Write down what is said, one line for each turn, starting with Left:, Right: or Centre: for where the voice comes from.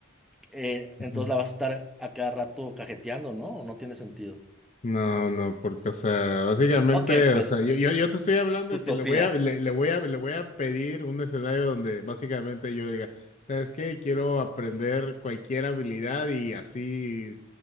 Centre: Eh, entonces
Left: ujú.
Centre: la vas a estar a cada rato cajeteando, ¿no? O no tiene sentido.
Left: No, no, porque, o sea, básicamente,
Centre: Ok, pues,
Left: o sea, yo, yo, yo te estoy hablando
Centre: utopía.
Left: de que le voy a, le, le voy a, le voy a pedir un escenario donde básicamente yo diga, ¿sabes qué? Quiero aprender cualquier habilidad y así,